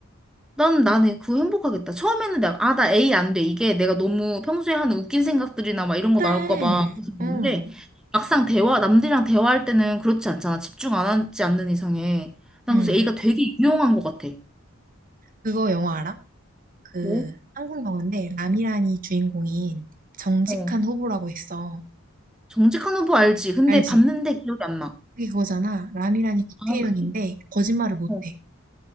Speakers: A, in the centre; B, on the right.
A: 나는 나는 그거 행복하겠다. 처음에는 내가 아 나 A 안 돼. 이게 내가 너무 평소에 하는 웃긴 생각들이나 막 이런 거
B: 그래.
A: 나올까 봐 그래서 그런데
B: 응,
A: 막상 대화 남들이랑 대화할 때는 그렇지 않잖아. 집중 안 하지 않는 이상에 난
B: 응.
A: 그래서 A가 되게 유용한 것 같아.
B: 그거 영화 알아? 그
A: 뭐?
B: 한국 영화인데 라미란이 주인공인 정직한
A: 어
B: 후보라고 있어.
A: 정직한 후보 알지? 근데
B: 알지?
A: 봤는데 기억이 안 나.
B: 그게 그거잖아. 라미란이 국회의원인데
A: 아 그래?
B: 거짓말을 못해.
A: 어.